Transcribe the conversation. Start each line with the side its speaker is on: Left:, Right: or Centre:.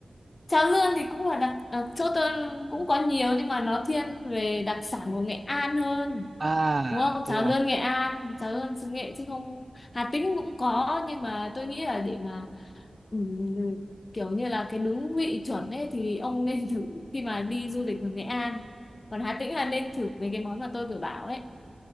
Left: cháo lươn thì cũng là đặc à, chỗ tôi cũng có nhiều nhưng mà nó thiên về đặc sản của Nghệ An hơn.
Right: à
Left: Đúng không?
Right: thế
Left: Cháo
Right: à
Left: lươn Nghệ An, cháo lươn xứ Nghệ chứ không Hà Tĩnh cũng có nhưng mà tôi nghĩ là để mà ừm, kiểu như là cái đúng vị chuẩn ấy thì ông nên thử khi mà đi du lịch ở Nghệ An. Còn Hà Tĩnh là nên thử mấy cái món mà tôi vừa bảo ấy.